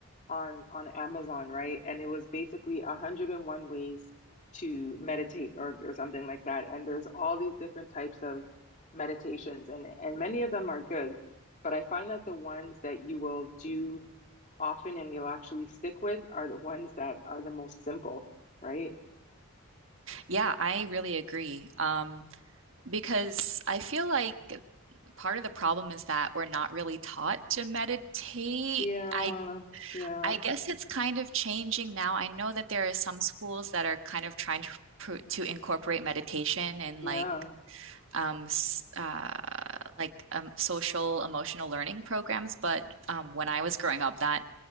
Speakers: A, on the left; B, on the right.
A: on on Amazon, right? And it was basically 101 ways to meditate or or something like that. And there's all these different types of meditations and and many of them are good, but I find that the ones that you will do often and you'll actually stick with are the ones that are the most simple, right?
B: Yeah, I really agree. Um, because I feel like part of the problem is that we're not really taught to meditate.
A: Yeah.
B: I
A: Yeah.
B: I guess it's kind of changing now. I know that there are some schools that are kind of trying to pro- to incorporate meditation and
A: Yeah.
B: like um uh like um, social emotional learning programs, but um when I was growing up that